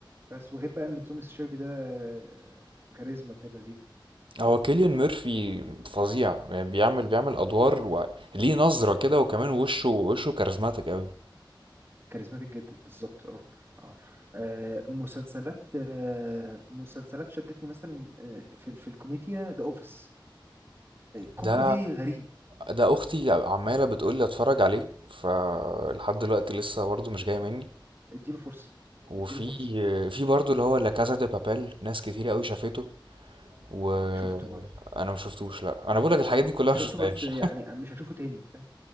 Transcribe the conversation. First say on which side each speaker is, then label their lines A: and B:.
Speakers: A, on the right (about 30°); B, on the right (about 80°).
A: بس وغير بقى ان توماس شيلبي ده آه، كاريزما ابن اللذين
B: هو كيليان ميرفي فظيع يعني بيعمل بيعمل ادوار وليه نظره كده وكمان وشه وشه كاريزماتيك قوي
A: كاريزماتيك جدا بالظبط اه اه آه، مسلسلات آه، مسلسلات شدتني مثلا آه، في في الكوميديا ذا اوفيس كوميدي
B: ده
A: غريب
B: ده اختي عماله بتقول لي اتفرج عليه فلحد دلوقتي لسه برضه مش جايه مني
A: اديله فرصه
B: وفي
A: اديله فرصه
B: في برضه اللي هو لا كازا دي بابيل ناس كتير قوي شافته وانا
A: شفته برضه
B: ما شفتوش لا انا بقول لك الحاجات دي كلها
A: شفته
B: ما شفتهاش
A: بس يعني مش هشوفه تاني فاهم